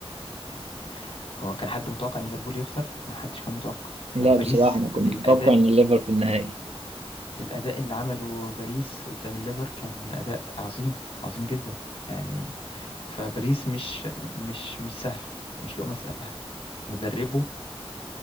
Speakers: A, on the left; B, on the right.
A: يعني هو كان حد متوقع إن ليفربول يخسر ما حدش كان متوقع فباريس
B: لا بصراحة انا كنت
A: الأداء
B: متوقع ان الليفر في النهائي
A: الأداء اللي عمله باريس قدام الليفر كان أداء عظيم عظيم جدا يعني فباريس مش مش مش سهل مش لقمة سهلة مدربه